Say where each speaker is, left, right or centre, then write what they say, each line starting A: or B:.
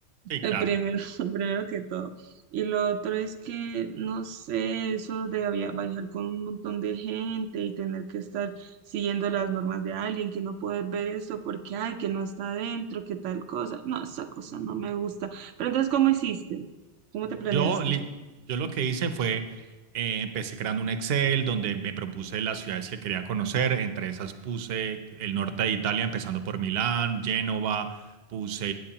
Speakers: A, on the right (about 60°); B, on the right (about 90°).
A: Sí,
B: El
A: claro.
B: primero, <laughs> el primero que todo. Y lo otro es que, no sé, eso de avia- viajar con un montón de gente y tener que estar siguiendo las normas de alguien, que no poder ver esto porque, ay, que no está adentro, que tal cosa. No, esa cosa no me gusta. Pero entonces, ¿cómo hiciste? ¿Cómo te planeaste?
A: Yo, li- yo lo que hice fue, eh, empecé creando un Excel donde me propuse las ciudades que quería conocer. Entre esas puse el norte de Italia, empezando por Milán, Génova, puse